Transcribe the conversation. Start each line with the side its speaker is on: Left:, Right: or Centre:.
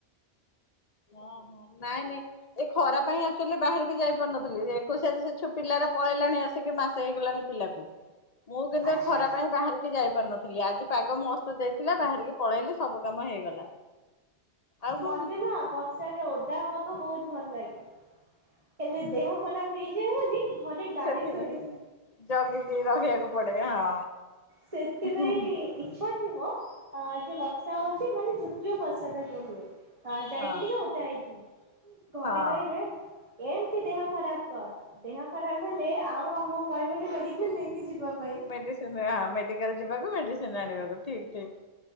Left: ଓ ହୋ ନାଇଁ ନାଇଁ ଏ ଖରାପ ପାଇଁ ଆକ୍‌ଚଲି ବାହାରିକି ଯାଇ ପାରୁନଥିଲି ଏକୋଇଶିଆ ସେ-ଛୁ ପିଲାର ପଳେଇଲାଣି ଆସିକି ମାସେ ହେଇଗଲାଣି ପିଲାକୁ। ମୁଁ କେନ୍ତିଆ
Right: ଆଚ୍ଛା
Left: ଖରା ପାଇଁ ବାହାରି କି ଯାଇ ପାରୁନଥିଲି ଆଜି ପାଗ ମସ୍ତ ଦେଇଥିଲା ବାହାରିକି ପଳେଇଲି ସବୁ କାମ ହେଇଗଲା। ଆଉ
Right: ମତେ
Left: କଣ?
Right: ନା ବର୍ଷାରେ ଓଦା ହବାକୁ ବୋହୁତ ଭଲ ଲାଗେ। ହେଲେ ଦେହ ଖରାପ ହେଇଯାଏ ବୋଲି ଘରେ ଗାଳି
Left: ସେଥିପାଇଁ
Right: ଶୁଣେ।
Left: ଜଗିକି ରହିବାକୁ ପଡେ ହଁ।
Right: ସେଥିପାଇଁ
Left: ହଁ
Right: ଇଚ୍ଛା ଥିବ ଯେ ବର୍ଷା ହୋଉଚି ମାନେ ଝୁ ଯୋଉ ବର୍ଷାଟ ଯୋଉ ହୁଏ। ଆଁ ଯାଇଁକି
Left: ହଁ
Right: ଟିକେ ଉଦା ହେଇଯିବ। ଘରେ
Left: ହଁ।
Right: କହିବେ ଏମତି ଦେହ ଖରାପ କର। ଦେହ ଖରାପ ହେଲେ ଆଉ ଆମକୁ କହିବନି ମେଡିକାଲ ନେଇକି ଯିବା ପାଇଁ।
Left: ମେଡିସିନ ହଁ ମେଡିକାଲ ଯିବାକୁ ମେଡିସିନ ଆଣିବାକୁ ଠିକ୍ ଠିକ୍